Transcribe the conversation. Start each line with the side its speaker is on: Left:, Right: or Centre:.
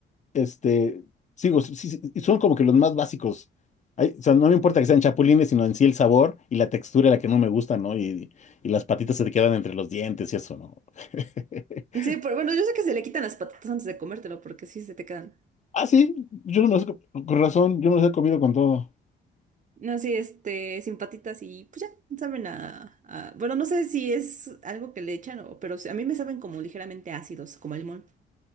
Left: este, sigo, sí, sí, sí, son como que los más básicos. Ay, o sea, no me importa que sean chapulines, sino en sí el sabor y la textura la que no me gusta, ¿no? Y, y las patitas se te quedan entre los dientes y eso, ¿no? <laughs>
Right: Sí, pero bueno, yo sé que se le quitan las patitas antes de comértelo, porque sí se te quedan.
Left: Ah, sí, yo no me los, he co- con razón, yo me los he comido con todo.
Right: No, sí, este, sin patitas y pues ya, saben a, a- Bueno, no sé si es algo que le echan, o, pero sí, a mí me saben como ligeramente ácidos, como el limón.